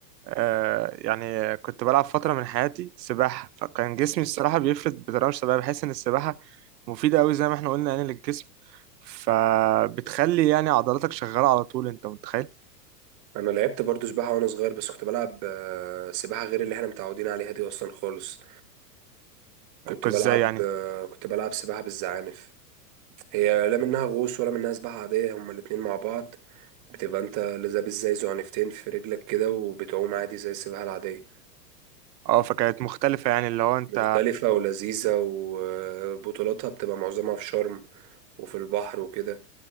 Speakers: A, on the right (about 80°); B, on the right (about 35°).
A: آه يعني كنت بلعب فترة من حياتي سباحة فكان جسمي الصراحة بيفرد بطريقة مش طبيعية بحس ان السباحة مفيدة قوي زي ما احنا قلنا يعني للجسم فبتخلي يعني عضلاتك شغالة على طول انت متخيل
B: انا لعبت برضو سباحه وانا صغير بس كنت بلعب آه، سباحه غير اللي احنا متعودين عليها دي اصلا خالص كنت بلعب
A: ازاي يعني
B: آه، كنت بلعب سباحه بالزعانف هي لا منها غوص ولا منها سباحه عاديه هما الاتنين مع بعض بتبقى انت لابس زي زعنفتين في رجلك كده وبتعوم عادي زي السباحه العاديه
A: اه فكانت مختلفة يعني اللي هو انت
B: مختلفه ولذيذه وبطولاتها بتبقى معظمها في شرم وفي البحر وكده